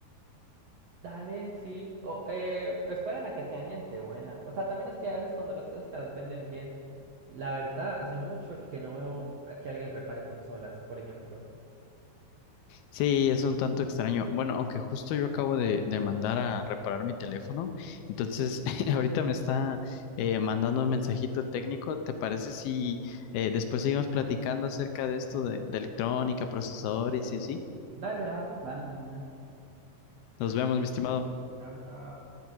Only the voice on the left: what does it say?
Sí, es un tanto extraño. Bueno, aunque justo yo acabo de, de mandar a reparar mi teléfono, entonces <laughs> ahorita me está eh, mandando un mensajito el técnico. ¿Te parece si eh, después seguimos platicando acerca de esto de, de electrónica, procesadores y así?
Nos
vemos, mi estimado.